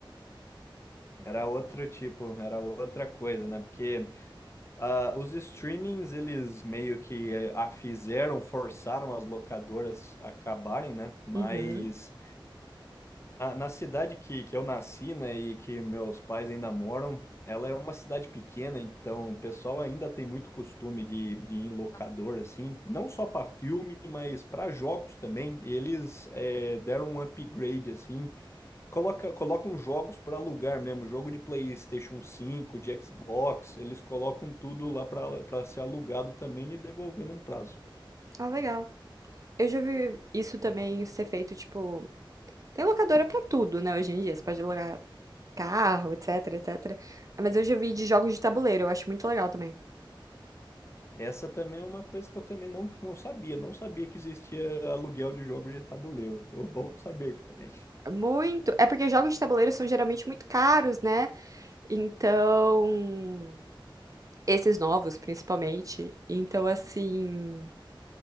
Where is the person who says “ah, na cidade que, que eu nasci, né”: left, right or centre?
Left